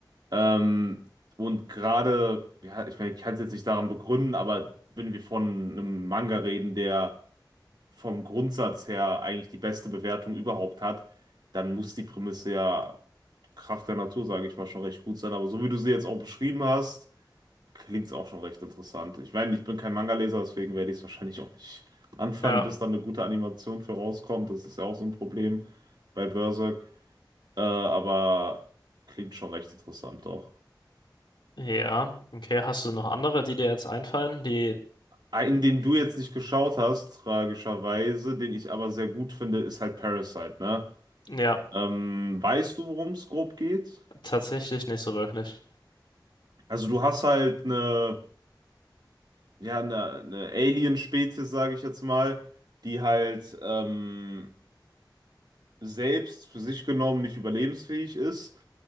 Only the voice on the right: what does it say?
Ähm, und gerade, ja, ich meine, ich kann es jetzt nicht daran begründen, aber wenn wir von einem Manga reden, der vom Grundsatz her eigentlich die beste Bewertung überhaupt hat, dann muss die Prämisse ja Kraft der Natur, sage ich mal, schon recht gut sein. Aber so wie du sie jetzt auch beschrieben hast, Klingt es auch schon recht interessant. Ich meine, ich bin kein Manga-Leser, deswegen werde ich es wahrscheinlich auch nicht anfangen,
bis da eine gute Animation für rauskommt. Das ist ja auch so ein Problem bei Berserk. Äh, aber klingt schon recht interessant auch.
Einen, den du jetzt nicht geschaut hast, tragischerweise, den ich aber sehr gut finde, ist halt Parasite, ne?
Ähm, weißt du, worum es grob geht?
Also du hast halt eine, ja, eine, eine Alien-Spezies, sage ich jetzt mal, die halt ähm, selbst für sich genommen nicht überlebensfähig ist